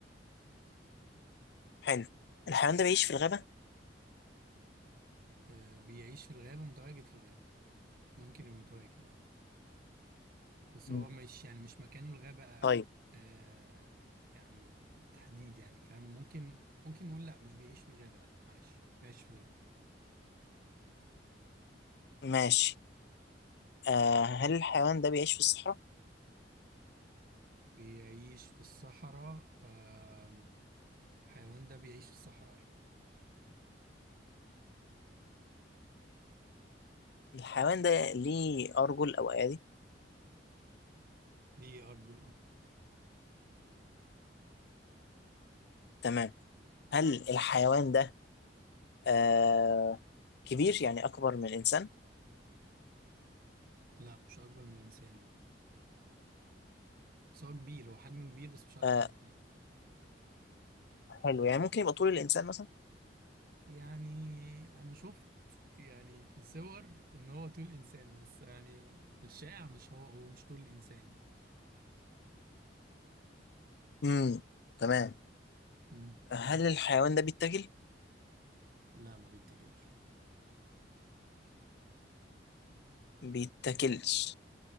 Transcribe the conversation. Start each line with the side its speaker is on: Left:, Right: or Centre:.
Left: حلو الحيوان ده بيعيش في الغابة؟
Right: آه، بيعيش في الغابة متواجد في الغابة ممكن يبقى متواجد اه بس
Left: مم.
Right: هو مش يعني مش مكانه الغابة
Left: طيب
Right: آه، يعني بالتحديد يعني فاهم ممكن ممكن نقول لا مش بيعيش في الغابة لا معلش بيعيش في الغابة
Left: ماشي آه هل الحيوان ده بيعيش في الصحراء؟
Right: بيعيش في الصحراء آم، الحيوان ده بيعيش في الصحراء أيوة
Left: الحيوان ده ليه أرجل أو أيادي؟
Right: ليه أرجل اه
Left: تمام هل الحيوان ده آه كبير يعني أكبر من الإنسان؟
Right: لا مش أكبر من الإنسان لا بس هو كبير هو حجمه كبير بس مش أكبر
Left: آه
Right: من الإنسان
Left: حلو يعني ممكن يبقى طول الإنسان مثلا؟
Right: يعني انا شفت يعني في الصور ان هو طول انسان بس يعني في الشائع مش هو هو مش طول انسان يعني
Left: امم تمام
Right: امم
Left: هل الحيوان ده بيتاكل؟
Right: لا ما بيتاكلش
Left: بيتاكلش